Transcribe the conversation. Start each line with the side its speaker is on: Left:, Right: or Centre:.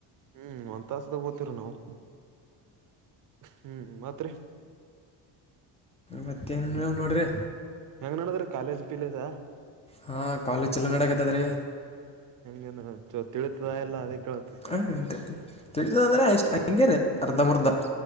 Right: ಹ್ಮ್ ಒಂದ್ ತಾಸ್ದಾಗ ಓದತೇವರಿ ನಾವು ಹ್ಮ್ ಮತ್ತ್ ರೀ
Left: ಮತ್ತೆ ನ್ವ ನೋಡ್ರಿ
Right: ಹೆಂಗ ನೋಡಿದ್ರೀ ಕಾಲೇಜ್ ಪೀಲೇಜಾ
Left: ಹಾಂ ಕಾಲೇಜ್ ಚಲೋ ನಡಗತ್ತದ ರೀ
Right: ಹೆಂಗೇನು ಚ ತಿಳಿತದಾ ಎಲ್ಲ ಅದೇ ಕೇಳ
Left: ಹಾಂ ತಿಳಿತದಂದ್ರೆ ಎಷ್ಟು ಹಿಂಗೆ ರೀ ಅರ್ಧ ಮುರ್ಧ